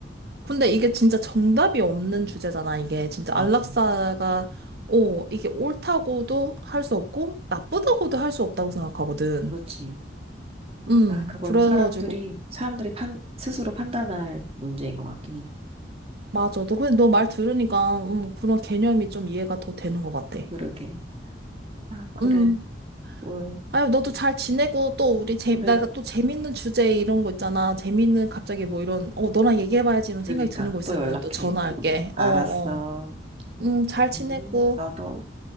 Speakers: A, on the right; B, on the right.
A: 근데 이게 진짜 정답이 없는 주제잖아, 이게. 진짜
B: 맞아.
A: 안락사가, 어, 이게 옳다고도 할 수 없고, 나쁘다고도 할 수 없다고 생각하거든.
B: 그렇지.
A: 음,
B: 아, 그거는
A: 그래가지고
B: 사람들이 사람들이 판 스스로 판단할 문제인 것 같긴 해.
A: 맞아. 너 근데 너 말 들으니까 음, 그런 개념이 좀 이해가 더 되는 것 같아.
B: 그러게. 아, 그래.
A: 음.
B: 응,
A: 아유, 너도 잘 지내고 또 우리 재
B: 그래.
A: 내가 또 재밌는 주제 이런 거 있잖아. 재밌는 갑자기 뭐 이런 어 너랑 얘기해봐야지 이런
B: 그러니까
A: 생각이 드는 거 있으면
B: 또 연락해.
A: 또 전화할게.
B: 알았어.
A: 어 어. 음, 잘 지내고.
B: 음. 너도.